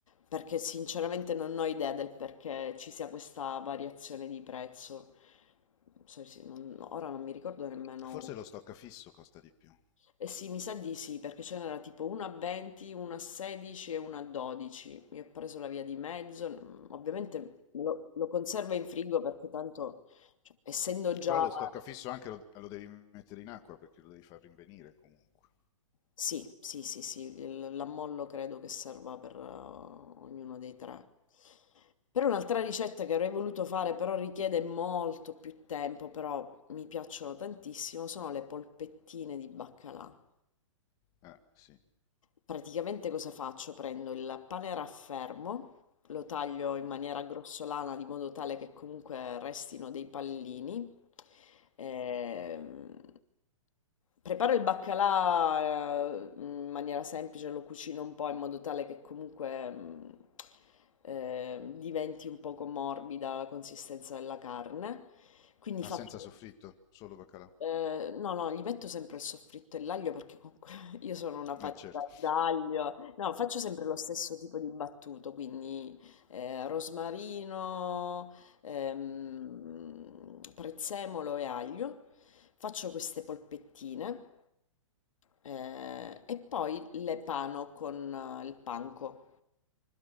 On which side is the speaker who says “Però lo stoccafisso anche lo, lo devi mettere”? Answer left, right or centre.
Left